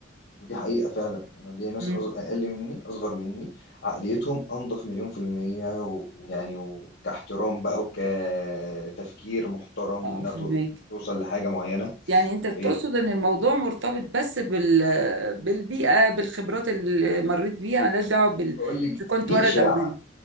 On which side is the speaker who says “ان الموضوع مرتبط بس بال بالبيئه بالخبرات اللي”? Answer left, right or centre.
Right